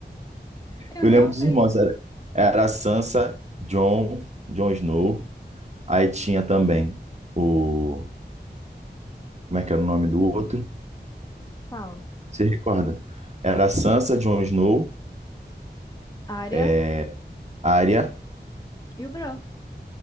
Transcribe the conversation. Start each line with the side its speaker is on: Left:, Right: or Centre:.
Left: <laughs> eu
Right: Eu
Left: realmente.
Right: lembro dos irmãos, era, era a Sansa, Jon, Jon Snow. Aí tinha também o. Como é que era o nome do outro?
Left: Qual?
Right: Você recorda? Era a Sansa, Jon Snow,
Left: Arya
Right: é, Arya,
Left: e o Bran.